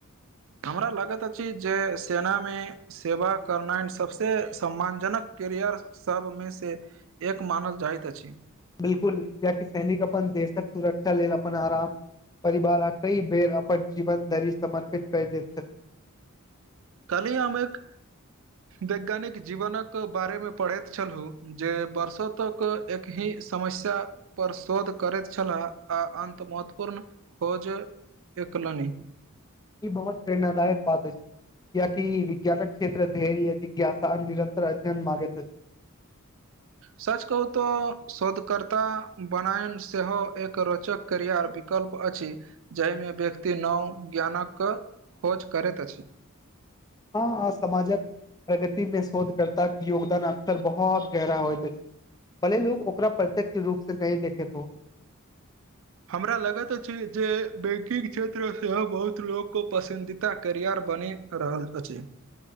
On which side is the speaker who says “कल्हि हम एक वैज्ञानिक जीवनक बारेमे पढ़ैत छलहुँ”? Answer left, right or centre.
Right